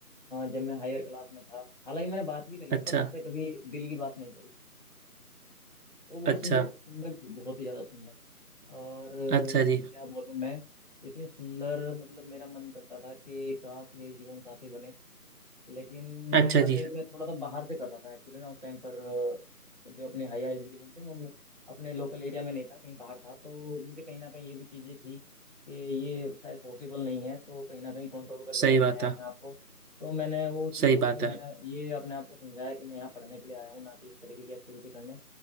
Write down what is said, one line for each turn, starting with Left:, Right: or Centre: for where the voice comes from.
Left: जब मैं हायर क्लास में था हालांकि मैंने बात भी करी
Right: अच्छा
Left: है बट उससे कभी दिल की बात नहीं करी वो बहुत
Right: अच्छा
Left: सुंदर सुंदर थी बहुत ही ज्यादा सुंदर और अ,
Right: अच्छा जी
Left: क्या बोलूं मैं इतनी सुंदर मतलब मेरा मन करता था कि काश ये जीवन साथी बने लेकिन
Right: अच्छा
Left: कहीं ना कहीं
Right: जी
Left: मैं थोड़ा सा बाहर से कर रहा था एक्चुअली ना उस टाइम पर अ, जो अपनी हायर एजुकेशन थी वो मैं अपने लोकल एरिया में नहीं था कहीं बाहर था तो मुझे कहीं ना कहीं ये भी चीज़ें थी कि ये शायद पॉसिबल नहीं है तो कहीं ना कहीं कंट्रोल करके
Right: सही
Left: रखना
Right: बात
Left: है अपने
Right: है
Left: आप को तो मैंने वो चीज़ों
Right: सही
Left: को
Right: बात
Left: मैंने
Right: है
Left: ये अपने आप को समझाया कि मैं यहाँ पढ़ने के लिए आया हूँ ना कि इस तरीके की एक्टिविटी करने